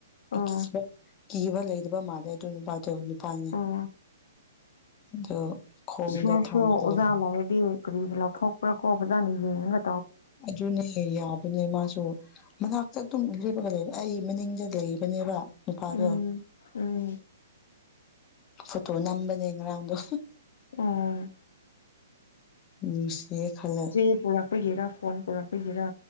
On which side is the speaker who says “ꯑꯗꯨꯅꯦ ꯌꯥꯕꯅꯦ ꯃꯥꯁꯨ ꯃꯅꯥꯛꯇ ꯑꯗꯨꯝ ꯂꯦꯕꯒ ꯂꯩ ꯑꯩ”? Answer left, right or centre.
Left